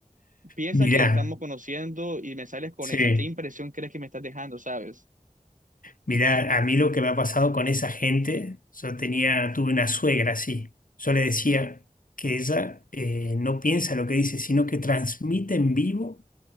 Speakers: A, on the right; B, on the left.
A: piensa
B: mirá,
A: que nos estamos conociendo y me sales con
B: sí.
A: esa. ¿Qué impresión crees que me estás dejando, sabes?
B: Mirá, a mí lo que me ha pasado con esa gente, yo tenía, tuve una suegra así. Yo le decía que ella eh, no piensa lo que dice, sino que transmite en vivo,